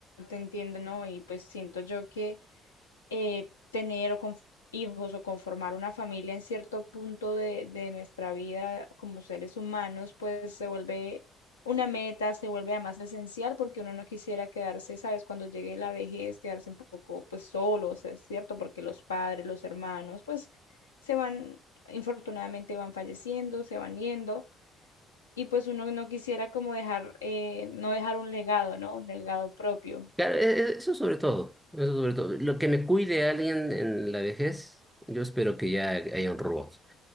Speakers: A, on the left; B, in the centre.
A: te entiendo, ¿no? Y pues siento yo que eh, tener o conf- hijos o conformar una familia en cierto punto de, de nuestra vida como seres humanos, pues se vuelve una meta, se vuelve además esencial porque uno no quisiera quedarse, ¿sabes? Cuando llegue la vejez, quedarse un poco pues solo, o sea, es cierto, porque los padres, los hermanos, pues se van, infortunadamente van falleciendo, se van yendo. Y pues uno no quisiera como dejar, eh, no dejar un legado, ¿no? Un legado propio.
B: Claro, e- e- eso sobre todo, eso sobre todo. Lo que me cuide alguien en la vejez, yo espero que ya haya un robot.